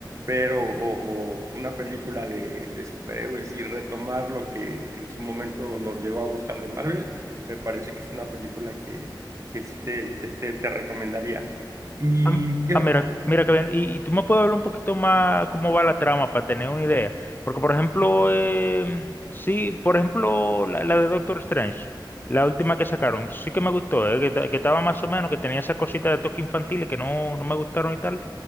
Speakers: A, on the right (about 40°); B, on the left (about 25°).
A: ver o, o- o una película de, de superhéroes y retomar lo que en su momento nos llegó a gustar de Marvel, me parece que es una película que, que sí te, te, te, te recomendaría. Y
B: Ah,
A: qué,
B: ah, mira, mira que bien. Y, y tú me puedes hablar un poquito más cómo va la trama para tener una idea. Porque, por ejemplo, em, sí, por ejemplo, la, la de Doctor Strange, la última que sacaron, sí que me gustó, eh, que, ta- que estaba más o menos, que tenía esas cositas de toque infantiles que no, no me gustaron y tal.